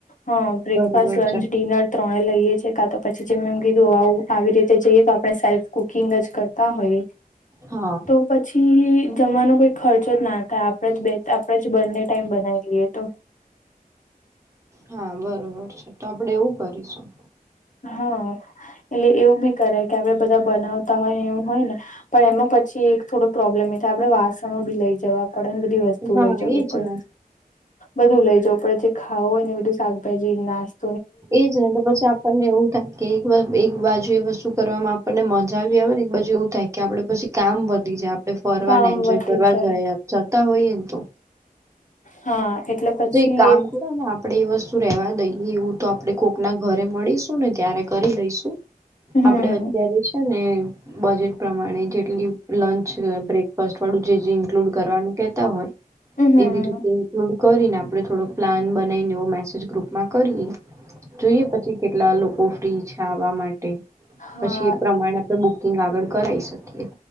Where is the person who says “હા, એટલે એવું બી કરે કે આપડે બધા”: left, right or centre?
Left